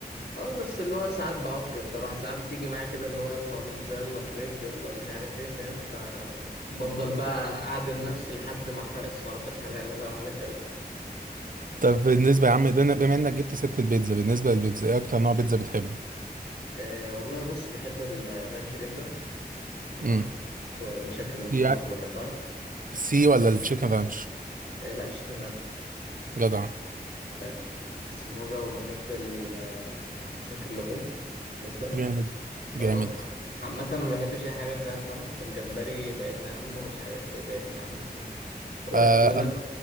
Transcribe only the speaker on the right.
طب بالنسبة يا عم بما بما إنك جبت سيرة البيتزا بالنسبة للبيتزا إيه أكتر نوع بيتزا بتحبه؟
امم
سي
سي ولا التشيكن رانش؟
جدع
جامد جامد
آه
أنا